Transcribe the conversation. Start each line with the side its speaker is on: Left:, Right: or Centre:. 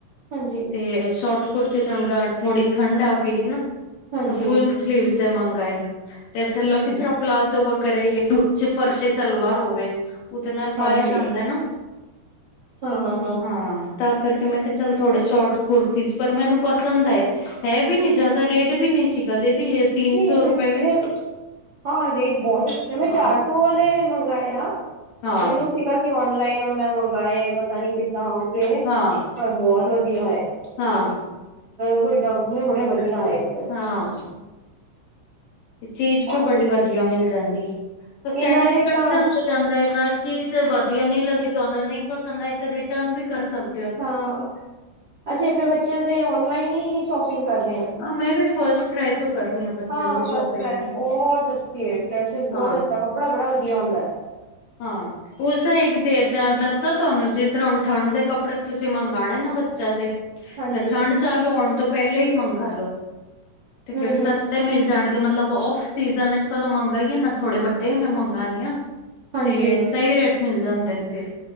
Right: ਹਾਂਜੀ।
Left: ਤੇ ਸ਼ੌਟ ਕੁੁਰਤੀਜ ਹੁਣ ਗਾ, ਥੋੜੀ ਠੰਡ ਆ ਗਈ ਏ ਨਾ,
Right: ਹਾਂਜੀ
Left: ਤਾਂ ਫੁਲ ਸਲੀਵਜ ਦੇ ਮੰਗਾਇਨ, ਤੇ ਥਲੋ
Right: ਅੱਛਾ
Left: ਕਿਸਰਾ ਪਲਾਜ਼ੋ, ਵਗੈਰਾ ਯੇ ਫਰਸ਼ੀ ਸਲਵਾਰ ਹੋਵੇ, ਉਹਦੇ ਨਾਲ
Right: ਹਾਂਜੀ
Left: ਪਾਇਆ ਜਾਂਦਾ ਨਾ,
Right: ਹਾਂ ਹਾਂ
Left: ਹਾਂ। ਤਾ ਕਰਕੇ ''ਮੈਂ ਕਿਹਾ ਚੱਲ ਥੋੜੇ ਸ਼ੌਰਟ ਕੁੁਰਤੀਜ, ਪਰ ਮੈਨੂੰ ਪਸੰਦ ਆਏ। ਹੈ ਬੀ ਨੀ, ਜ਼ਿਆਦਾ ਰੇਟ ਵੀ ਨਹੀਂ ਸੀਗਾ, ਦੇਦੀ ਇਹ ਤਿੰਨ
Right: ਨਹੀਂ
Left: ਸੌ ਰੁਪਏ
Right: ਰੇਟ
Left: ਵਿੱਚ
Right: ਬ ਹਾਂ ਰੇਟ ਬਹੁਤ ਅੱਛੇ ਆ, ਮੈਂ
Left: ਹਾਂ
Right: ਚਾਰ-ਸੋ ਵਾਲੇ ਮੰਗਾਏ ਆ।
Left: ਹਾਂ
Right: ਮੈਨੂੰ ਸੀਗਾ, ਕਿ ਔਨਲਾਈਨ ਹੁਣ ਮੈਂ ਮੰਗਾਏ ਪਤਾ ਨੀ ਕਿੱਦਾਂ ਆਊਗੇ,
Left: ਹਾਂ
Right: ਪਰ ਬਹੁਤ ਵਧੀਆ ਆਏ।
Left: ਹਾਂ
Right: ਕੋਈ ਡਾਊਟ ਨੀ, ਬੜੇ ਵਧੀਆ ਆਏ।
Left: ਹਾਂ। ਚੀਜ਼ ਬੀ
Right: ਔਰ
Left: ਬੜੀ ਵਧੀਆ ਮਿਲ ਜਾਂਦੀ,
Right: ਇਹਨਾਂ
Left: ਸੈਟਿਸਫੈਕਸ਼ਨ
Right: ਦੇ ਤਾਂ
Left: ਹੋ ਜਾਂ ਦਾ, ਤੇ ਨਾਲ ਚੀਜ਼ ਵਧੀਆ ਨਈ ਲੱਗੀ ਤੁਹਾਨੂੰ ਨਈ ਪਸੰਦ ਆਈ ਤੇ, ਰਿਟਰਨ ਵੀ ਕਰ ਸਕ
Right: ਹਾਂ। ਅਸੀਂ ਆਪਣੇ ਬੱਚਿਆਂ ਦੇ ਔਨਲਾਈਨ ਹੀ ਸ਼ੌਪਿੰਗ ਕਰਦੇ ਆਂ।
Left: ਹਾਂ ਮੈਂ ਵੀ ਫਸਟ ਟਰਾਈ ਤੋਂ ਕਰਨੀ ਆ ਬੱਚਨ
Right: ਹਾਂ,
Left: ਦੀ
Right: ਫਸਟਕ੍ਰਾਏ
Left: ਸ਼ੋਪਿੰਗ
Right: ਬਹੁਤ ਅੱਛੀ ਏ, ਡੈਸਿਸ ਬਹੁਤ
Left: ਹਾਂ
Right: ਅੱਛਾ ਕੱ ਕਪੜਾ ਬੜਾ ਵਧੀਆ ਹੋਂਦੈ।
Left: ਹਾਂ, ਉਸਦਾ ਇੱਕ ਦੇਰ ਤਾਂ ਦੱਸਾ‌ ਤੁਹਾਨੂੰ, ਜਿਸ ਤਰਾ ਠੰਡ ਦੇ ਕੱਪੜੇ ਤੁਸੀਂ ਮੰਗਾਣੇ ਨਾ ਬੱਚਿਆਂ ਦੇ,
Right: ਹਾਂਜੀ
Left: ਤੇ ਠੰਡ ਚਾਲੁ ਹੋਣ ਤੋਂ ਪਹਿਲੇ ਹੀ ਮੰਗਾਲੋ,
Right: ਹੂੰ
Left: ਤੇ ਫਿਰ
Right: ਹੂੰ
Left: ਸਸਤੇ
Right: ਹੂੰ
Left: ਮਿਲ ਜਾਣਗੇ, ਮਤਲਬ ਔਫ-ਸੀਜ਼ਨ'ਚ ਕਦੋਂ ਮੰਗਾਈਏ ਨਾ, ਥੋੜੇ ਵੱਡੇ ਹੀ ਮੈਂ ਮੰਗਾਨੀ ਆਂ।
Right: ਹਾਂਜੀ
Left: ਤੇ, ਸਹੀ ਰੇਟ ਮਿਲ ਜਾਂਦੇ ਨ ਫਿਰ,